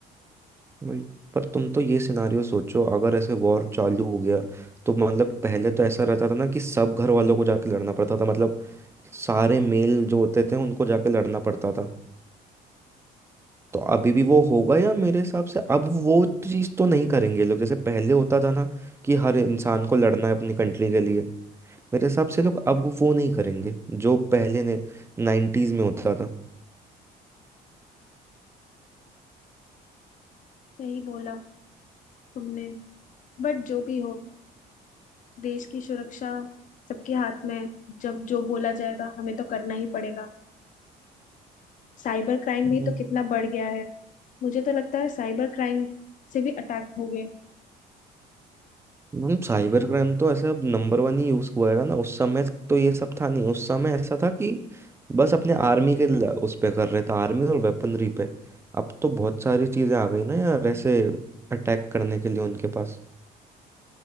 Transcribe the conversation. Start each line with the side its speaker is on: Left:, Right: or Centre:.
Right: वही पर तुम तो ये सिनारियो सोचो अगर ऐसे वॉर चालू हो गया तो मतलब पहले तो ऐसा रहता था ना कि सब घर वालों को जाके लड़ना पड़ता था मतलब सारे मेल जो होते थे उनको जाके लड़ना पड़ता था तो अभी भी वो होगा या मेरे हिसाब से अब वो चीज़ तो नहीं करेंगे ये लोग जैसे पहले होता था ना कि हर इंसान को लड़ना है अपनी कंट्री के लिए मेरे हिसाब से लोग अब वो नहीं करेंगे जो पहले ने नाइन्टीज में होता
Left: नहीं बोला तुमने बट जो भी हो देश की सुरक्षा सबके हाथ में है। जब जो बोला जाएगा हमें तो करना ही पड़ेगा साइबर क्राइम
Right: था
Left: भी तो कितना बढ़ गया है मुझे तो लगता है साइबर क्राइम से भी अटैक हो गए
Right: मैम साइबर क्राइम तो ऐसा अब नंबर वन ही यूज हुआ है ना उस समय तो ये सब था नहीं उस समय ऐसा था कि बस अपने आर्मी के ल- उस पे कर रहे थे आर्मी और वेपनरी पे अब तो बहुत सारी चीजें आ गई ना यार ऐसे अटैक करने के लिए उनके पास